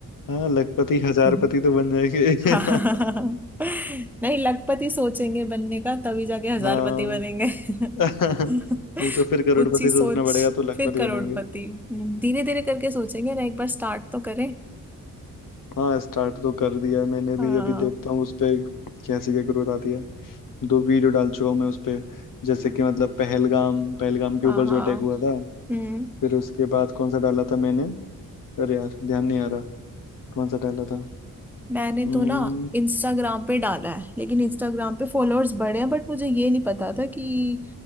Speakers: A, on the left (about 70°); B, in the centre.
A: हाँ लखपति हजारपति
B: <laughs>
A: तो बन जाएंगे <laughs>
B: हाँ <laughs> नहीं लखपति सोचेंगे बनने का तभी जाके हजारपति
A: हाँ
B: बनेंगे
A: <laughs>
B: <laughs>
A: नहीं तो फिर करोड़पति
B: ऊंची सोच
A: सोचना पड़ेगा तो लखपति
B: फिर करोड़पति
A: बनेंगे
B: धीरे धीरे करके सोचेंगे ना एक बार स्टार्ट तो करें
A: हाँ स्टार्ट तो कर दिया है मैंने भी
B: हाँ
A: अभी देखता हूँ उस पे कैसी क्या ग्रोथ आती है दो वीडियो डाल चुका हूँ मैं उस पे जैसे कि मतलब पहलगाम पहलगाम के
B: हाँ
A: ऊपर
B: हाँ
A: जो अटैक हुआ था
B: हम्म
A: फिर उसके बाद कौन सा डाला था मैंने अरे यार ध्यान नहीं आ रहा कौन सा डाला था
B: मैंने
A: हम्म
B: तो ना इंस्टाग्राम पे डाला है लेकिन इंस्टाग्राम पे फॉलोअर्स बढ़े हैं बट मुझे ये नहीं पता था कि